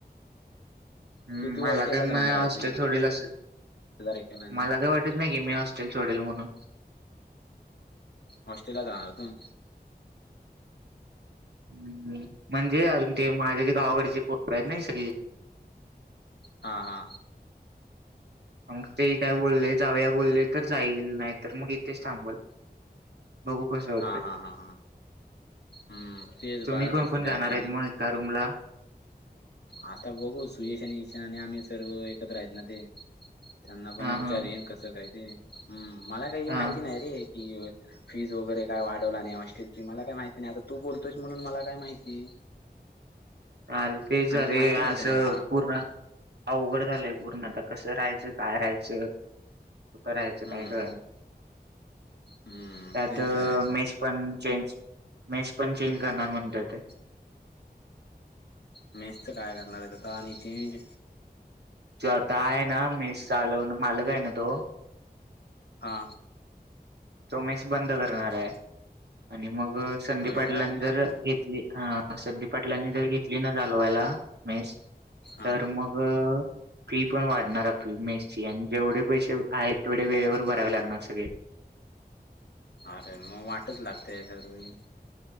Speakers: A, on the right; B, on the left.
A: हम्म
B: कि तू
A: मला
B: हॉस्टेललाच
A: काय
B: राहणार
A: मी हॉस्टेल
B: आहेस वीस
A: सोडील असंल,
B: हजार एकट्याला ना
A: मला काय वाट <unintelligible> नाही मी होस्टेल सोडेल म्हणून.
B: होस्टेलला जाणार तू?
A: ह म्हणजे अजून ते माझ्या जे गावाकडचे पोर आहेत ना सगळी.
B: हा हा.
A: मग ते काय बोलले जाऊया बोलले तर जाईल नाही तर मग इथेच थांबल. बघू कसं होतंय.
B: हा हा हा हा हम्म तेच
A: तुम्ही
B: बघा
A: कोण
B: कसं
A: कोण
B: काय
A: जाणार
B: ते
A: आहेत मग त्या रूमला.
B: आता बघू, सुयश आणि ईशा आणि आम्ही सर्व एकत्र आहेत ना ते. त्यांना पण
A: हा
B: विचारेन
A: हा
B: कसं काय ते हम् मला काही
A: हा
B: माहिती नाही रे. फी वर फीज वगैरे, काय वाढवला नाही होस्टेलची ती मला काय माहिती नाही आता तू बोलतोयस म्हणून मला काय माहिती.
A: आल के
B: नाही
A: जा
B: तर
A: रे
B: माहिती नव्हतं
A: असं
B: मला
A: पूर्ण. अवघड झालंय पूर्ण आता कसं राहायचं, काय राहायचं, कुठं राहायचं
B: हम्म
A: काय कळना.
B: हम्म
A: त्यात
B: तेच आहे
A: मेस पण चेंज, मेस पण चेंज करणार म्हणत्यात ते.
B: मेसच काय करणार आहे आता आणि चेंज.
A: तो आहे ना मेस चालव मालक आहे ना तो
B: हा.
A: तो मेस बंद करणार आहे आणि मग संदीप
B: होय
A: पाटलांनी
B: काय
A: जर घेतली ह संदीप पाटलांनी जर घेतली ना चालवायला मेस
B: हा
A: तर मग. हा. फी पण वाढणार आपली मेस ची आणि जेवढे पैसे आहेत, तेवढे वेळेवर भरावे लागणार सगळे.
B: अरे मग वाटच लागते दरवेळी.